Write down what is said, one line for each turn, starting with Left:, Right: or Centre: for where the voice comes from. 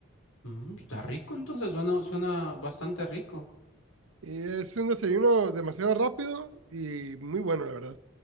Left: Mm, está rico, entonces suena, suena bastante rico.
Right: Y es un desayuno demasiado rápido y muy bueno, la verdad.